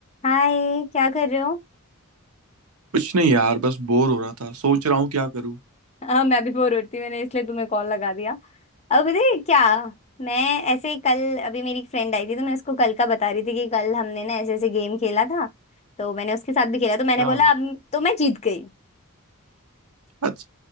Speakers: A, on the left (about 30°); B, on the right (about 80°).
A: हाय क्या कर रहे हो
B: कुछ नहीं यार बस बोर हो रहा था सोच रहा हूँ क्या करूँ
A: हाँ मैं भी बोर हो रही थी मैंने इसलिए तुम्हें कॉल लगा दिया अब पता है क्या मैं ऐसे ही कल अभी मेरी एक फ्रेंड आई थी तो मैं उसको कल का बता रही थी कि कल हमने ना ऐसे ऐसे गेम खेला था तो मैंने उसके साथ भी खेला तो
B: क्या
A: मैंने बोला अब तो मैं जीत गई
B: अच्छा